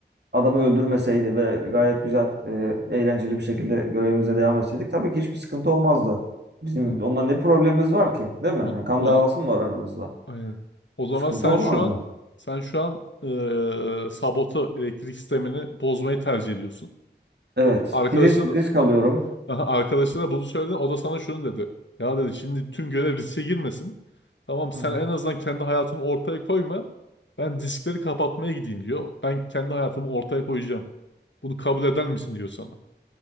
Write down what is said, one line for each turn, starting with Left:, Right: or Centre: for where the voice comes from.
Right: adamı öldürmeseydi ve gayet güzel, e, eğlenceli bir şekilde görevimize devam etseydik tabii ki hiçbir sıkıntı olmazdı. Bizim
Left: hı.
Right: ondan ne problemimiz var ki, değil mi?
Left: Ol,
Right: Yani kan
Left: ol,
Right: davası mı var aramızda?
Left: aynen. O zaman
Right: Sıkıntı
Left: sen
Right: olmazdı.
Left: şu an sen şu an eee sabotu elektrik sistemini bozmayı tercih ediyorsun.
Right: Evet,
Left: O arkadaşlar
Right: bir risk, risk
Left: a-
Right: alıyorum.
Left: aha, arkadaşlara bunu söyledin. O da sana şunu dedi. Ya dedi şimdi tüm görev riske girmesin. Tamam sen
Right: Hı hı.
Left: en azından kendi hayatını ortaya koyma. Ben diskleri kapatmaya gideyim diyor. Ben kendi hayatımı ortaya koyacağım. Bunu kabul eder misin diyor sana.